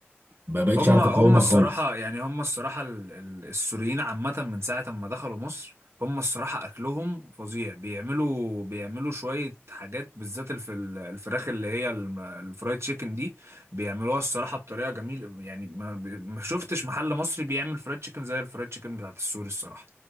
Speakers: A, on the right; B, on the right.
A: ما بقتش
B: هم
A: عارف
B: هم
A: اقاومها
B: الصراحة
A: خالص
B: يعني هم الصراحة ال- ال- السوريين عامة من ساعة ما دخلوا مصر هم الصراحة أكلهم فظيع بيعملوا بيعملوا شوية حاجات بالذات الف- الفراخ اللي هي الم- الفرايد تشيكن دي بيعملوها الصراحة بطريقة جميلة يعني ما ما شفتش محل مصري بيعمل فرايد تشيكن زي الفرايد تشيكن بتاعت السوري الصراحة